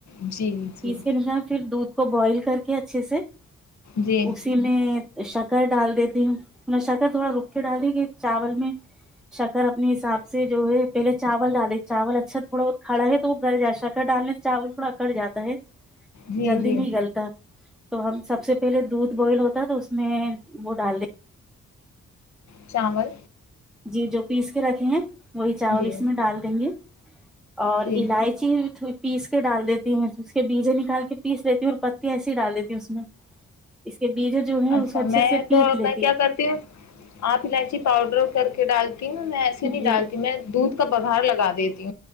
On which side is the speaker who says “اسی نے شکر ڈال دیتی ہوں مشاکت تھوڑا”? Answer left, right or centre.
Centre